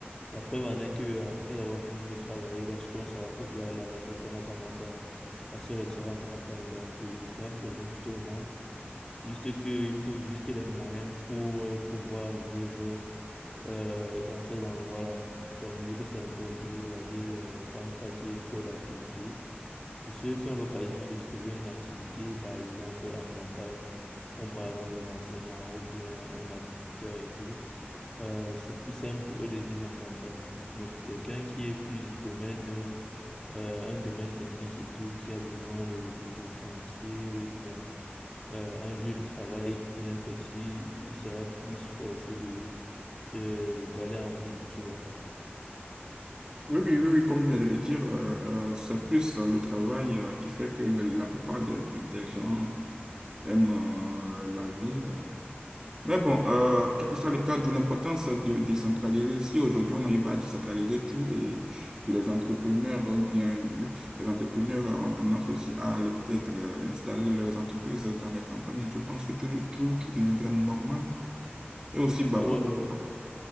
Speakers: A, on the left; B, on the right.
A: La preuve en est que euh, après avoir fini de travailler, lorsqu'on se rapproche de la retraite, on a tendance à, à se retirer en campagne. Donc, euh, c'est un projet pour tout le monde. Juste qu'il faut juste les moyens pour euh, pouvoir vivre euh, dans ces endroits-là. Donc, vu que c'est un peu reculé de la ville, euh, je ne pense pas qu'il y ait trop d'activités. Pour ceux qui ont l'occasion de trouver une activité, par exemple, en campagne, comme par exemple les enseignants ou bien un agriculteur et tout, euh, c'est plus simple pour eux de vivre en campagne. Mais pour quelqu'un qui est plus du domaine, euh, euh, un domaine technique et tout, qui a besoin de, de, de chantier ou bien euh, un lieu de travail bien précis, il sera plus forcé de, euh, d'aller en ville, tu vois.
B: Oui, oui, oui, oui, comme je viens de le dire, euh, euh, c'est plus euh, le travail euh, qui fait que le- la plupart des, des gens aiment euh, la ville. euh. Mais bon, euh, quel que soit le cadre ou l'importance de décentraliser, si aujourd'hui on arrive à décentraliser tout et les entrepreneurs, ou bien, oui, les entrepreneurs ont tendance aussi à aller peut-être euh, installer leurs entreprises dans les campagnes, je pense que tout, tout, tout deviendrait normal. Et aussi, bah,
A: Ouais,
B: pourquoi
A: ouais.
B: pas